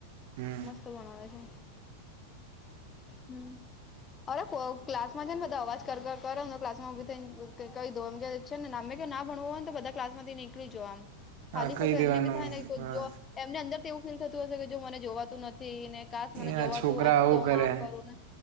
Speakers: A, on the right; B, on the left.
A: હમ
B: મસ્ત ભણાવે છે. હમ. અરે, ક્લાસમાં છે ને, બધા અવાજ કરો કરો ને, ક્લાસમાં થઈને કહી દઉં એમ કે છે ને, એમને કહે કે, ના ભણવું હોય તો બધા ક્લાસમાંથી નીકળી જાવ.
A: હા
B: આમ
A: કહી
B: કરો તો
A: દેવાનું
B: એમને પણ થાય ને,
A: હા
B: જો એમની અંદર તો એવું ફીલ થતું હશે કે, જો, મને જોવાતું નથી ને કાશ મને
A: એના
B: જોવાતું
A: છોકરા
B: હોત
A: આવું
B: તો હું
A: કરે
B: આમ કરો ને